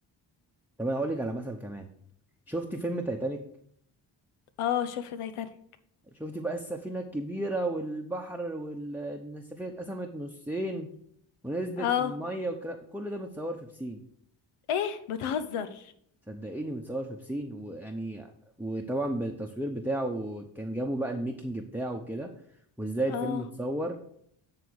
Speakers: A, in the centre; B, on the left.
A: طب انا هقول لك على مثل كمان شفتي فيلم تايتانيك
B: اه شفت تايتانيك
A: شفتي بقى السفينه الكبيره والبحر والسفينه اتقسمت نصين ونزلت
B: اه
A: في الميه وكرا... كل ده متصور في بسين
B: ايه بتهزر
A: صدقيني متصور في بسين ويعني وطبعا بالتصوير بتاعه كان جابوا بقى الميكنج بتاعه وكده وازاي الفيلم
B: اه
A: اتصور